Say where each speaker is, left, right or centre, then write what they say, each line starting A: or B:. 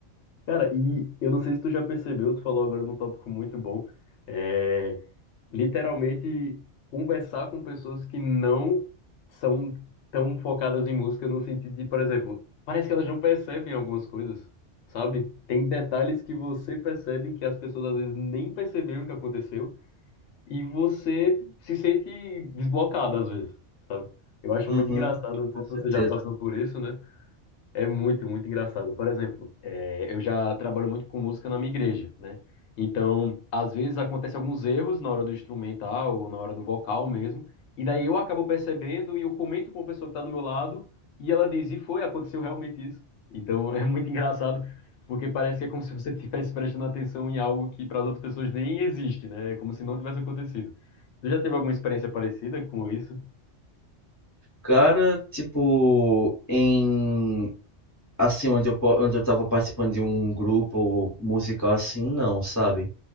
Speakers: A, on the left; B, on the left.
A: Cara, e eu não sei se tu já percebeu, tu falou agora num tópico muito bom, é literalmente conversar com pessoas que não são tão focadas em música no sentido de, por exemplo, parece que elas não percebem algumas coisas, sabe? Tem detalhes que você percebe que as pessoas às vezes nem perceberam que aconteceu e você se sente desblocado às vezes, sabe? Eu acho
B: Uhum,
A: muito engraçado, não sei
B: com
A: se
B: certeza.
A: você já passou por isso, né? É muito, muito engraçado. Por exemplo, é, eu já trabalho muito com música na minha igreja, né? Então, às vezes acontecem alguns erros na hora do instrumental ou na hora do vocal mesmo, e daí eu acabo percebendo e eu comento com a pessoa que está do meu lado e ela diz: e foi, aconteceu realmente isso. Então, <laughs> é muito engraçado porque parece que é como se você <laughs> estivesse prestando atenção em algo que para as outras pessoas nem existe, né? É como se não tivesse acontecido. Você já teve alguma experiência parecida com isso?
B: Cara, tipo, em assim, onde eu, po- onde eu tava participando de um grupo musical assim, não, sabe?